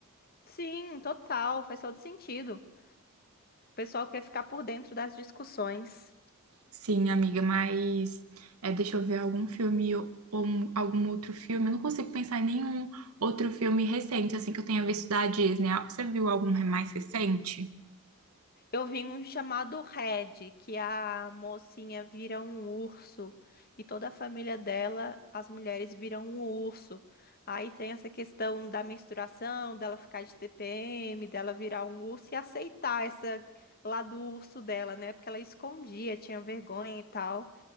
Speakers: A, on the left; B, on the right.
A: Sim, total, faz todo sentido. O pessoal quer ficar por dentro das discussões.
B: Sim, amiga, mas é, deixa eu ver algum filme ou ou um- algum outro filme. Eu não consigo pensar em nenhum outro filme recente assim que eu tenha visto da Disney. Ah, Você viu algum mais recente?
A: Eu vi um chamado Red, que a mocinha vira um urso e toda a família dela, as mulheres viram um urso. Aí tem essa questão da menstruação, dela ficar de TPM, dela virar um urso e aceitar essa lá do urso dela, né? Porque ela escondia, tinha vergonha e tal.